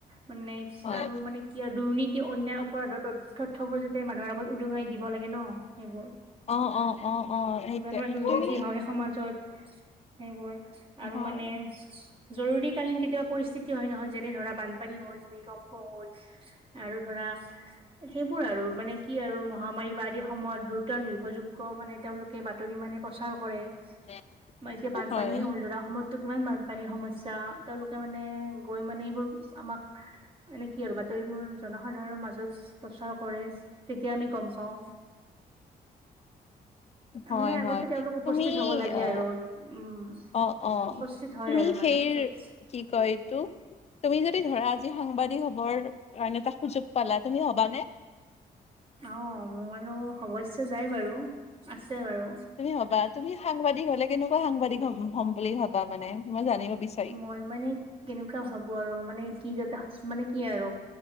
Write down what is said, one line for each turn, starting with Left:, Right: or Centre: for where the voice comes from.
Right: মানে
Left: হয়
Right: আৰু মানে কি আৰু দুৰ্নীতি অন্যায় অপৰাধৰ তথ্যবোৰ যাতে মানুহৰ, আগত উদঙাই দিব লাগে ন সেইবোৰ
Left: অ অ অ অ সেইটো
Right: কিমান মানে দুৰ্নীতি
Left: তুমি
Right: হয় সমাজত সেইবোৰ
Left: হয়
Right: আৰু মানে জৰুৰীকালীন কেতিয়াবা পৰিস্থিতি হয় নহয় যেনে ধৰা বান পানী হল তুমি গম্প হ'ল আৰু ধৰা সেইবোৰ আৰু মানে। কি আৰু মহামাৰী বা আদিৰ সময়ত দ্ৰুত নিৰ্ভৰযোগ্য মানে তেওঁলোকে বাতৰি মানে প্ৰচাৰ কৰে
Left: <unintelligible>
Right: বা এতিয়া বানপানীয়ে
Left: হয়
Right: হ'ল ধৰা অসমতো কিমান বানপানীৰ সমস্যা তেওঁলোকে মানে গৈ মানে এইবোৰ আমাৰ এনে কি আৰু বাতৰি মোৰ জনসাধাৰণৰ মাজত প্ৰচাৰ কৰে। তেতিয়া আমি গম পাওঁ,
Left: <inaudible>
Right: মানে আগতে
Left: হয়
Right: তেওঁলোক উপস্থিত
Left: তুমি
Right: হ'ব লাগে
Left: অ
Right: আৰু উম
Left: অ অ
Right: উপস্থিত হয়
Left: তুমি
Right: আৰু মানে
Left: সেই
Right: য'ত
Left: কি কয় তো তুমি যদি ধৰা আজি সাংবাদিক হবৰ কাৰণে এটা সুযোগ পালা তুমি হবানে?
Right: অ মোৰ বাৰু হ'ব ইচ্ছা যাই বাৰু আছে বাৰু
Left: তুমি ভবা তুমি সাংবাদিক হলে কেনেকুৱা সাংবাদিক হ হ'ম বুলি ভবা মানে মই জানিব বিচাৰো
Right: মই মানে কেনেকুৱা ভাবো আৰু মানে কি যাতে মানে কি আৰু